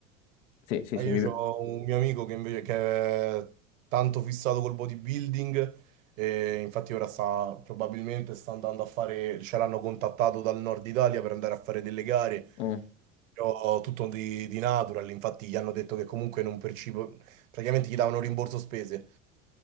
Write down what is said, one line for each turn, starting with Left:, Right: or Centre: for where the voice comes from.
Left: Sì, sì,
Right: Eh,
Left: sì, mi...
Right: io
Left: pi-
Right: ho un mio amico che invece che è tanto fissato col bodybuilding e infatti ora sta, probabilmente sta andando a fare, ce l'hanno contattato dal nord Italia per andare a fare delle gare
Left: mm.
Right: Però tutto di, di natural, infatti gli hanno detto che comunque non percibo, praticamente gli davano rimborso spese.